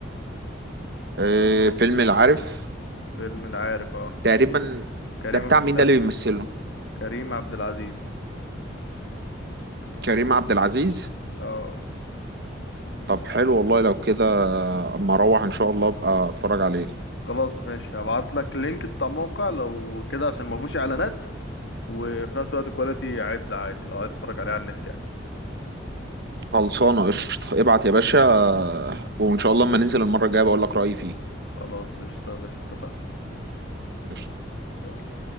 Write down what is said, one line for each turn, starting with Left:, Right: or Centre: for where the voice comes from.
Right: آه، فيلم العارف
Left: فيلم العارف اه
Right: تقريبا
Left: بت- كريم
Right: ده بتاع مين
Left: بتاع
Right: ده اللي بيمثله
Left: كريم عبد العزيز
Right: كريم عبد العزيز
Left: اه
Right: طب حلو والله لو كده اما اروح ان شاء الله ابقى اتفرج عليه
Left: خلاص ماشي هبعتلك لينك بتاع موقع لو كده عشان ما فيهوش اعلانات وفي نفس الوقت كواليتي عدل عادي لو عايز تتفرج عليه على النت يعني
Right: خلصانه قشطه ابعت يا باشا وان شاء الله اما ننزل المره الجايه بقول لك رايي فيه
Left: خلاص قشطة يا باشا اتفقنا
Right: قشطة.
Left: يلا.